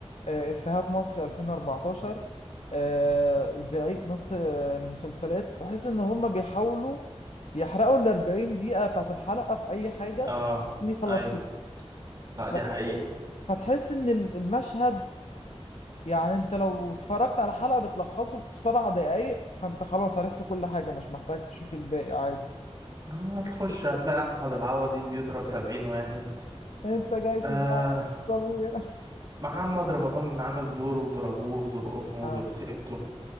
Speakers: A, on the left; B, on the right.
A: آه، افيهات مصر 2014 آه، زعيق نص آه، المسلسلات تحس ان هم بيحاولوا يحرقوا ال 40 دقيقة بتاعت الحلقة في اي حاجة
B: اه
A: عشان يخلصوها
B: ايوه لا
A: ف-
B: دي حقيقة
A: فتحس ان ال- المشهد يعني انت لو اتفرجت على حلقة بتلخصه في سبع دقايق فانت خلاص عرفت كل حاجة مش محتاج تشوف الباقي عادي
B: آه، هتخش هتلاقي أحمد العوضي بيضرب سبعين واحد
A: انت جاي تزعق
B: آه
A: <laughs> ابويا
B: محمد رمضان عامل دوره وضربوه ودور أمه
A: اه
B: ودور سته